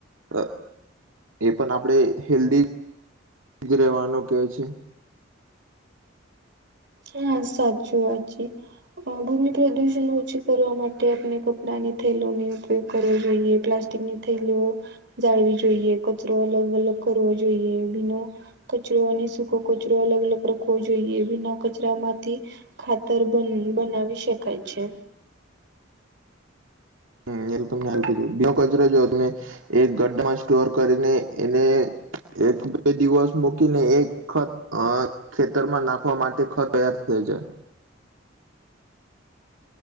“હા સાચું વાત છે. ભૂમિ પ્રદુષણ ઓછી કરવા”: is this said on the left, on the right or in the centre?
Right